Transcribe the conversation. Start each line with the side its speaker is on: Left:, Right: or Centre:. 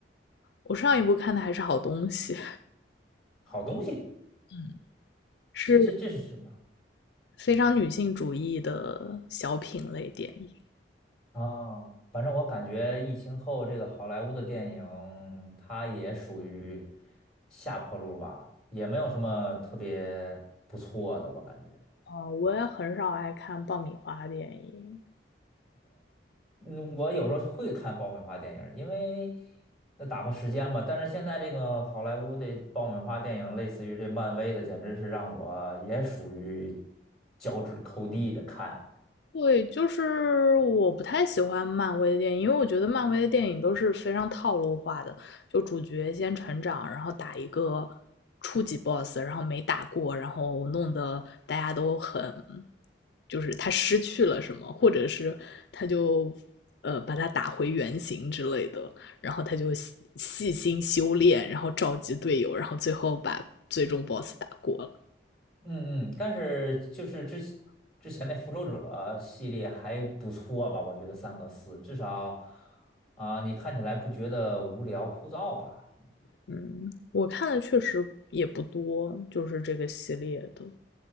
Left: 我上一部看的还是好东西，
Centre: 好东西。
Left: <laughs> 嗯是
Centre: 这这这是什么
Left: 非常女性主义的小品类电影。
Centre: 啊？反正我感觉疫情后这个好莱坞的电影，它也属于下坡路吧，也没有什么特别不错的，我感觉。
Left: 嗯、我也很少爱看爆米花电影，
Centre: 嗯，我有时候会看爆米花电影，因为那打发时间嘛。但是现在这个好莱坞的爆米花电影，类似于这漫威的，简直是让我也属于脚趾抠地的看。
Left: 对，就是我不太喜欢漫威的电影，因为我觉得漫威的电影都是非常套路化的，就主角先成长，然后打一个初级 boss，然后没打过，然后弄得大家都很，就是他失去了什么，或者是他就呃把他打回原形之类的，然后他就细细心修炼，然后召集队友，然后最后把最终 boss 打过了。
Centre: 嗯嗯，但是就是之前之前那《复仇者》系列还不错吧？我觉得三和四至少啊、你看起来不觉得无聊枯燥吧？
Left: 嗯，我看的确实也不多，就是这个系列的。